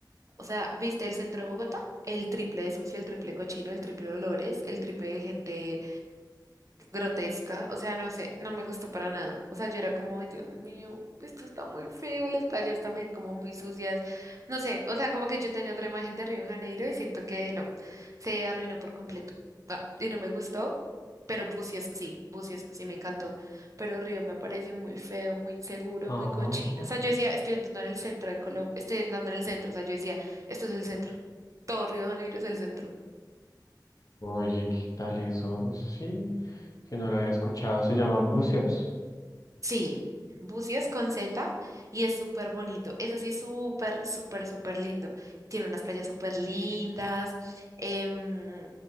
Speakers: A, on the right (about 45°); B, on the left (about 50°).
A: O sea, ¿viste el centro de Bogotá? El triple de sucio, el triple de cochino, el triple de olores, el triple de gente grotesca, o sea, no sé, no me gustó para nada. O sea, yo era como, "Ay, Dios mío, esto está muy feo, las playas también como muy sucias, no sé, o sea, como que yo tenía otra imagen de Río de Janeiro y siento que no, se arruinó por completo. Ah, y no me gustó, pero Bucios sí, Bucios sí me encantó, pero Río me pareció muy feo, muy inseguro,
B: Ah,
A: muy cochino. O sea, yo decía, estoy andando en el centro de Colombia, estoy andando en el centro, o sea, yo decía, esto es el centro. Todo Río de Janeiro es el centro.
B: oye, ¿qué tal eso? Eso sí, que no lo había escuchado. ¿Se llama buceos?
A: Sí, bucios con Z y es súper bonito. Eso sí es súper, súper, súper lindo. Tiene unas playas súper lindas. em,